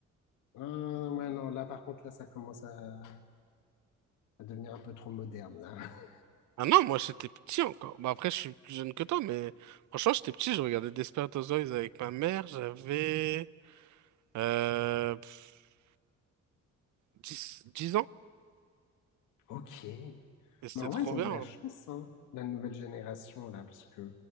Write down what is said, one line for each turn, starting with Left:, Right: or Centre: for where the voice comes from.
Left: Ah, ouais, non, là, par contre, là, ça commence à, à devenir un peu trop moderne, là. <laughs>
Right: Ah non, moi j'étais petit encore. Bah, après, je suis plus jeune que toi, mais franchement, j'étais petit, je regardais Desperate Housewives avec ma mère. J'avais euh, pff, 10, 10 ans.
Left: Ok.
Right: Et c'était
Left: Mais en
Right: trop
Left: vrai, ils
Right: bien.
Left: ont de la
Right: hein.
Left: chance, hein, la nouvelle génération, là, parce que